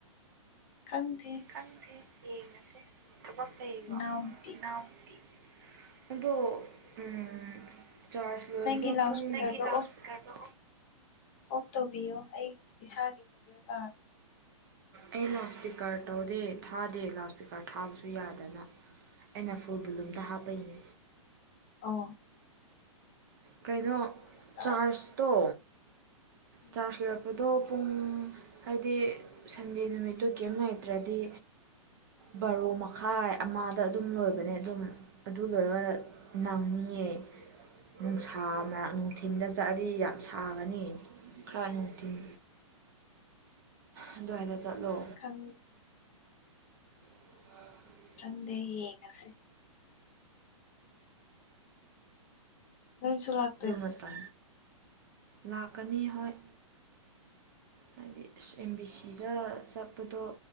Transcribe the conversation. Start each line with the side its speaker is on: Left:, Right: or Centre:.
Left: ꯀꯪꯊꯤ
Right: ꯈꯪꯗꯦ ꯌꯦꯡꯉꯁꯦ ꯊꯕꯛ ꯂꯩꯕꯣ
Left: ꯏꯅꯥꯎꯅꯨꯄꯤꯒꯤ
Right: ꯏꯅꯥꯎꯄꯤꯤ ꯑꯗꯣ ꯎꯝ ꯆꯥꯖ
Left: ꯅꯪꯒꯤ
Right: ꯗꯣ
Left: ꯂꯥꯎꯠ
Right: ꯄꯨꯡꯅꯒ
Left: ꯏꯁꯄꯤꯀꯔꯗꯣ
Right: ꯂꯁꯄꯤ
Left: ꯑꯣꯐ
Right: ꯀꯥꯏꯗ
Left: ꯑꯣꯐ ꯇꯧꯕꯤꯌꯣ ꯑꯩ ꯏꯁꯥꯒꯤ ꯈꯣꯟꯖꯦꯜ ꯇꯥꯔ
Right: ꯑꯩ ꯂꯥꯎꯠ ꯏꯁꯄꯤꯀꯔ ꯇꯧꯗꯦ ꯊꯥꯗꯦ ꯂꯥꯎꯠ ꯏꯁꯄꯤꯀꯔ ꯊꯥꯕꯁꯨ ꯌꯥꯗꯅ ꯑꯩꯅ ꯐꯨꯜ ꯕꯨꯂꯨꯝꯗ ꯍꯥꯞꯄꯩꯅꯦ
Left: ꯑ
Right: ꯀꯩꯅꯣ
Left: ꯑꯃꯨꯛ ꯇꯥꯔꯦ
Right: ꯆꯥꯔꯖꯇꯣ
Left: ꯎꯝ
Right: ꯆꯥꯔꯖ ꯑꯗꯣ ꯄꯨꯡ ꯍꯥꯏꯗꯤ ꯁꯟꯗꯦ
Left: ꯎꯝ.
Right: ꯅꯨꯃꯤꯠꯇꯨ ꯀꯔꯤꯝ ꯂꯩꯅꯥꯇ꯭ꯔꯗꯤ ꯕꯥꯔꯣ ꯃꯈꯥꯏ ꯑꯃꯗ ꯑꯗꯨꯝ ꯂꯣꯏꯕꯅꯦ ꯑꯗꯨꯝ ꯑꯗꯨꯗꯨꯒ ꯅꯪꯅꯤꯡꯌꯦꯦ ꯅꯨꯡꯁꯥ ꯃꯔꯛ ꯅꯨꯡꯊꯤꯟꯗ ꯆꯠꯂꯗꯤ ꯌꯥꯝ ꯁꯥꯒꯅꯤ ꯈꯔ ꯅꯨꯡꯊꯤꯟ ꯑꯗꯨꯃꯥꯏꯅ ꯆꯠꯂꯣ
Left: ꯍꯪ
Right: <unintelligible>
Left: ꯆꯪꯗꯦ ꯌꯦꯡꯉꯁꯤꯦ ꯃꯁꯨꯂꯥꯛ
Right: ꯑꯗꯨ ꯃꯇ ꯂꯥꯛꯀꯅꯤ ꯍꯣꯏ ꯍꯥꯏꯗꯤ ꯑꯦꯝ ꯕꯤ ꯁꯤꯗ ꯆꯠꯄꯗꯣ